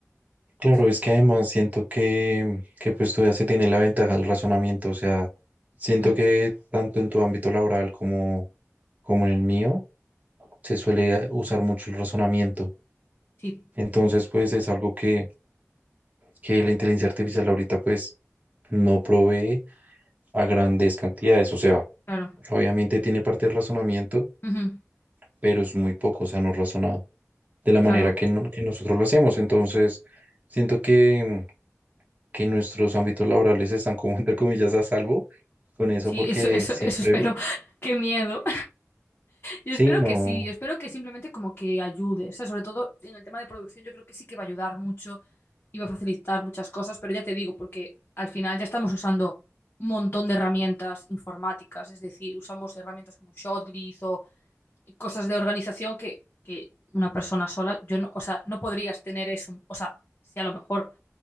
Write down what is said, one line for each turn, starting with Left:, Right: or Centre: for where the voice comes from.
Right: Claro,
Left: Sí.
Right: es que además siento que, que pues tú ya se tiene la ventaja del razonamiento, o sea, siento
Left: Mm.
Right: que tanto en tu ámbito laboral como, como en el mío se suele usar mucho el razonamiento.
Left: Sí,
Right: Entonces, pues es algo que, que la inteligencia artificial ahorita pues no provee a grandes cantidades, o sea,
Left: claro.
Right: obviamente tiene parte de razonamiento,
Left: Ujú.
Right: pero es muy poco, o sea, no razona de la manera
Left: Claro.
Right: que, no- que nosotros lo hacemos. Entonces, siento que... que nuestros ámbitos laborales están como entre comillas a salvo con eso
Left: Sí,
Right: porque
Left: eso, eso,
Right: siempre,
Left: eso espero. <laughs> Qué miedo. Yo
Right: sí,
Left: espero
Right: no,
Left: que sí, yo espero que simplemente como que ayude. O sea, sobre todo en el tema de producción, yo creo que sí que va a ayudar mucho y va a facilitar muchas cosas, pero ya te digo, porque al final ya estamos usando un montón de herramientas informáticas, es decir, usamos herramientas como ShotGrid o cosas de organización que, que una persona sola, yo no, o sea, no podrías tener eso. O sea, sí, a lo mejor